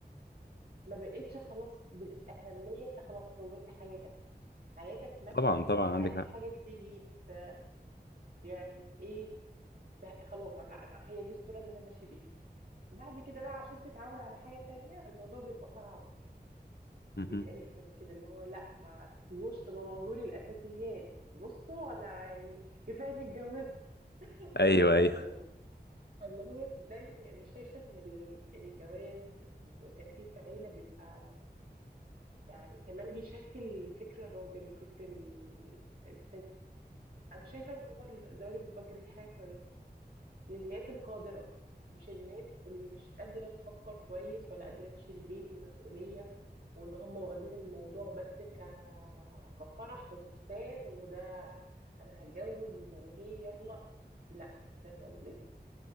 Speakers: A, on the right (about 60°); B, on the left (about 75°).
A: ما بقتش خلاص بالاهميه انت خلاص كونت حياتك حياتك ماشيه
B: طبعا طبعا
A: مش عايز
B: عندك حق
A: حاجه تيجي ت- يعني ت- ايه ت- خلاص انا انا هي دي الصوره اللي انا ماشي بيها بعد كده بقى عشان تتعود على حاجة تانية الموضوع بيبقى صعب
B: مهم.
A: بيبقى رخم كده اللي هو لا ما تبوظ تبوظولي الأساسيات بصوا أنا يعني كفاية إني اتجوزت
B: ايوه
A: أنت فاهم؟
B: ايوه
A: اللي هو صدقني أنا شايفة إن ال- الجواز وتأسيس عيلة بيبقى يعني كمان بيشكل فكر الراجل وفكر ال- الست أنا شايفة إن هو الزواج المبكر دي حاجة كويسة للناس القادرة مش الناس اللي مش قادرة تفكر كويس ولا قادرة تشيل بيت ومسؤولية وان هم واخدين الموضوع بس ك... كفرح وفستان وده انا هتجوز وهي يلا لا انت فاهم قصدي